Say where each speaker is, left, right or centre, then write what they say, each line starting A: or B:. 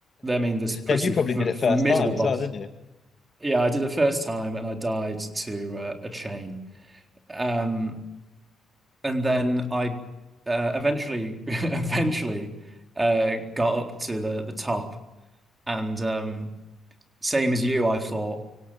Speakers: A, on the right; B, on the left.
A: I mean, this pretty
B: And you probably
A: f
B: did it
A: formidable
B: first time
A: boss.
B: as well, didn't you?
A: Yeah, I did it first time, and I died to uh, a chain. Um, and then I uh, eventually <laughs> eventually uh, got up to the the top. And um, same as you, I thought,